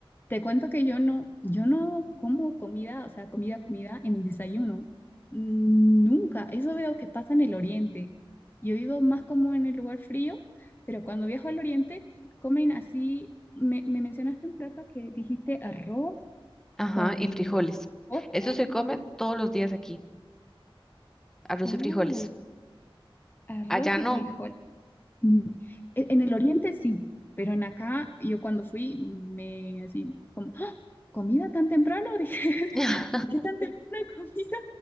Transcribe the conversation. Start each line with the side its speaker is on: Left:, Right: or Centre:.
Left: te cuento que yo no, yo no como comida, o sea, comida, comida en el desayuno. Mm, Nunca. Eso veo que pasa en el oriente. Yo vivo más como en el lugar frío, pero cuando viajo al oriente comen así. Me, me mencionaste un plato que dijiste arroz
Centre: Ajá,
Left: con
Centre: y frijoles.
Left: postre.
Centre: Eso se come todos los días aquí, arroz
Left: Oh,
Centre: y frijoles.
Left: arroz
Centre: Allá no.
Left: y frijol. Mm, e- En el oriente sí, pero en acá yo cuando fui me así como, "¡Ah! ¿Comida tan temprano? <laughs> Dije,
Centre: <laughs>
Left: ¿por qué tan temprano comida?